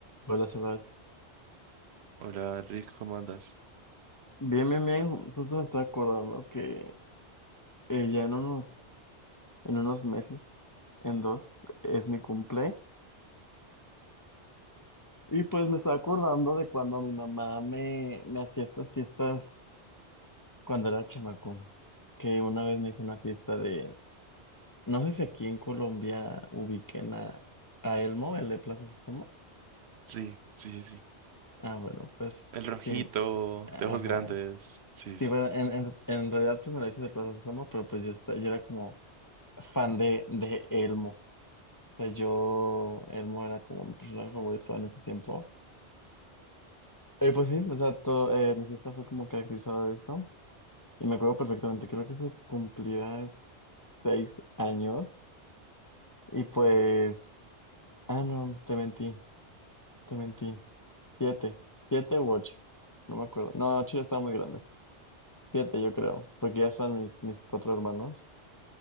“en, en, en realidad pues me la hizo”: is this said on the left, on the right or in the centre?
Left